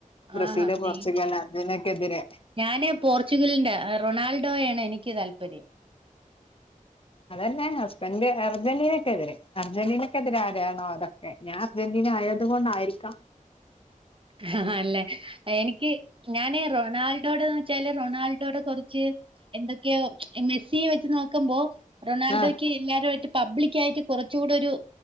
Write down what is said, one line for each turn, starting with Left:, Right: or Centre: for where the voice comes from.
Left: ബ്രസീല്
Right: ആഹാ
Left: പോർച്ചുഗൽ
Right: നെയ്മറ്,
Left: അതിനൊക്കെതിരെ
Right: ഞാന് പോർച്ചുഗലിന്റെ അഹ് റൊണാൾഡോയാണ് എനിക്ക് താൽപര്യം.
Left: അതന്നെ ഹസ്ബൻഡ് അർജന്റീനക്കെതിരെ. അർജന്റീനക്കെതിരെ ആരാണോ അതൊക്കെ ഞാ അർജന്റീനായത് കൊണ്ടായിരിക്കാം.
Right: ആ അല്ലേ എനിക്ക് ഞാന് റൊണാൾഡോഡെന്ന് വെച്ചാല് റൊണാൾഡോടെ കൊറച്ച് എന്തൊക്കെയോ മെസ്സിയെവെച്ച് നോക്കുമ്പോ റൊണാൾഡോയ്ക്ക്
Left: ആഹ്
Right: എല്ലാവരുമായിട്ട് പബ്ലിക്കായിട്ട് കുറച്ചൂടൊരു